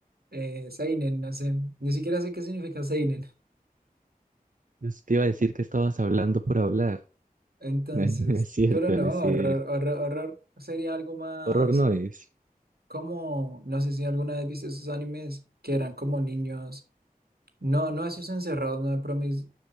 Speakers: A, on the right (about 85°); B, on the right (about 60°).
A: eh, Seinen, no sé, ni siquiera sé qué significa Seinen.
B: Pues Te iba a decir que estabas hablando por hablar. <laughs>
A: Entonces,
B: No, no es cierto,
A: pero no,
B: no es
A: horror,
B: cierto.
A: horror, horror sería algo más
B: Horror no es.
A: como, no sé si alguna vez viste esos animes que eran como niños, no, no esos encerrados, no de Promise